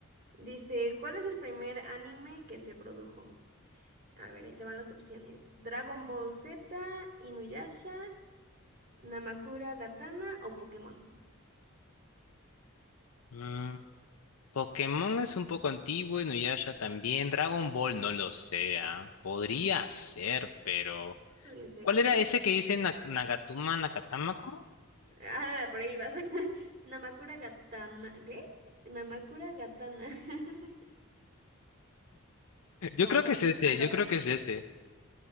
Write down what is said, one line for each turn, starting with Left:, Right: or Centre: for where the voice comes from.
Right: Dice, ¿cuál es el primer anime que se produjo? A ver, ahí te van las opciones. Dragon Ball Z, Inuyasha, Namakura Gatana o Pokémon.
Left: Mm, Pokémon es un poco antiguo, y Nuyasha también. Dragon Ball no lo sé. ah. Podría ser, pero.
Right: Podría ser.
Left: ¿Cuál era ese que dice Na- Nagatuma, Nakatama? ¿Cómo?
Right: Ah, por ahí vas. <laughs> Namakura Gatana. ¿Qué? Namakura Gatana. <laughs>
Left: <laughs> Yo
Right: Como
Left: creo
Right: Hakuna
Left: que es ese,
Right: Matata.
Left: yo creo que es ese.